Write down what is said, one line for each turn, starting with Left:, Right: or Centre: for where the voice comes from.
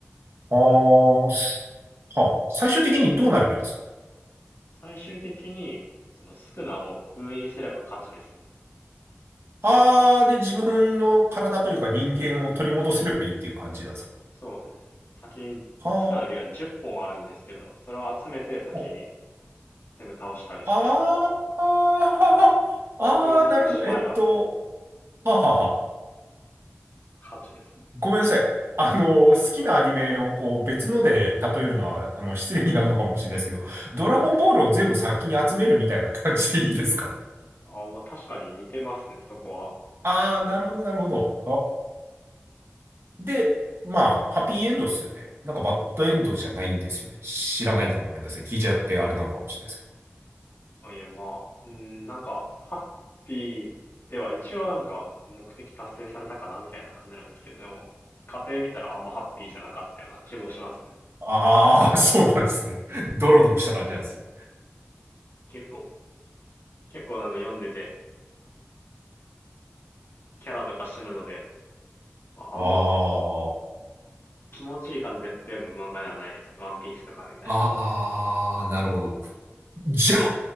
Right: あ
Left: そう
Right: あ、すはあ、最終的にどうなればいいですか
Left: 最終的に、そのスクナを封印すれば勝ちですね。
Right: ああー、で、自分の体というか人間を取り戻せればいいっていう感じなんですか
Left: そうですね。先に、
Right: は
Left: スクナの指が10本あるんですけど、それを集めて先に
Right: あ、
Left: 全部倒したりして、
Right: ああ、ああ、
Left: 封印してしまえば
Right: なるほど。えっと、はあはあはあ。
Left: 勝ちですね。
Right: ごめんなさい。あの、好きなアニメをこう別ので例えるのは、あの、失礼になるのかもしれないですけど、ドラゴンボールを全部先に集めるみたいな感じでいいですか
Left: うんああ、まあ確かに似てますね、そこは。
Right: ああー、なるほど、なるほど。で、まあ、ハッピーエンドっすよね。なんかバッドエンドじゃないんですよね。知らないでごめんなさい。聞いちゃってあれなのかもしれないですけど。
Left: あいや、まあ、うん、なんか、ハッピーでは一応なんか目的達成されたかなみたいな感じなんですけど、でも、家庭見たらあんまハッピーじゃなかったような気もしますね。
Right: ああああ、そうなんですね。ドロドロした感じなんですね。
Left: 結構、結構なんか読んでて、キャラとか死ぬので、まあ、
Right: あ
Left: あんま
Right: あ。
Left: 気持ちいい感じで読む漫画ではないですね。ワンピースとかみたいに。
Right: ああ、なるほど。ジャン